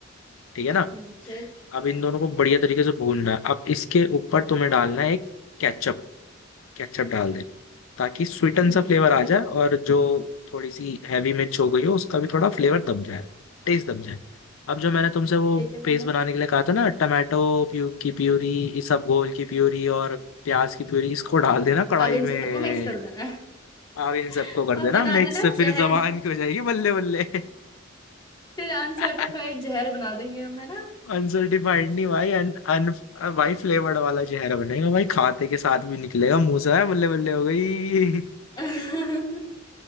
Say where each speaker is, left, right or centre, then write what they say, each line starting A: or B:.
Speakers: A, on the left; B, on the left.
A: ठीक है ना
B: हम्म फिर
A: अब इन दोनों को बढ़िया तरीके से भूनना है अब इसके ऊपर तुम्हें डालना है एक केचप केचप डाल दे ताकि स्वीटन
B: हम्म
A: सा फ्लेवर
B: फिर
A: आ जाए और जो थोड़ी सी हैवी मिर्च हो गई हो उसका भी थोड़ा फ्लेवर दब जाए टेस्ट दब जाए अब जो मैंने तुमसे वो
B: फिर क्या करना
A: पेस्ट
B: है
A: बनाने के लिए कहा था ना टमाटो प्यू की प्यूरी इसबगोल की प्यूरी और प्याज की प्यूरी इसको डाल देना कढ़ाई
B: अब इन
A: में
B: सबको मिक्स कर देना है
A: अब इन
B: <laughs>
A: सबको कर
B: और
A: देना
B: बना
A: मिक्स
B: देना
A: फिर
B: जहर
A: जबान की हो जाएगी बल्ले बल्ले
B: फिर अनसर्टिफाइड
A: <laughs>
B: जहर बना देंगे हम है ना
A: अनसर्टिफाइड नहीं भाई अन, अन भाई फ्लेवर्ड वाला जहर बनेगा भाई खाते के साथ भी निकलेगा मुंह से है बल्ले बल्ले हो गई <laughs>
B: <laughs>